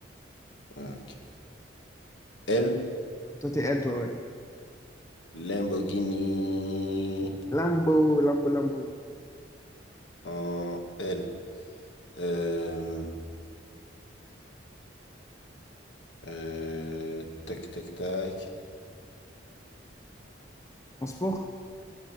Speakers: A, on the left; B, on the left.
A: Ouais, ok. L,
B: Toi, t'es L, toi, ouais.
A: Lamborghini.
B: Lambo, Lambo, Lambo.
A: En L. Euh, euh, tac, tac, tac.
B: En sport?